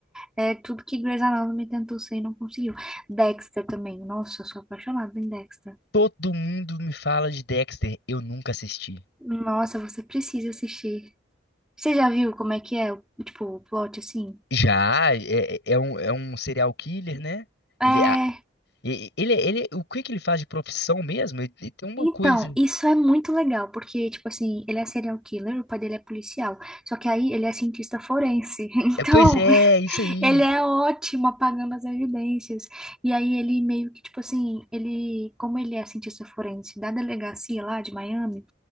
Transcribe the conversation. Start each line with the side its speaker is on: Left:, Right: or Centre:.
Centre: É tudo que Grey's Anatomy tentou ser e não conseguiu. Dexter também. Nossa, eu sou apaixonada em Dexter.
Left: Todo mundo me fala de Dexter, eu nunca assisti.
Centre: Nossa, você precisa assistir. Você já viu como é que é, o- tipo, o plot assim?
Left: Já, é, é é um, é um serial killer, né?
Centre: É.
Left: Ele, a- e- ele, ele, o que que ele faz de profissão mesmo? Ele, ele tem uma
Centre: Então,
Left: coisa.
Centre: isso é muito legal, porque, tipo assim, ele é serial killer, o pai dele é policial. Só que aí ele é cientista forense. <laughs> Então,
Left: É, Pois é, é isso aí.
Centre: ele é ótimo apagando as evidências. E aí ele meio que, tipo assim, ele, como ele é cientista forense da delegacia lá de Miami,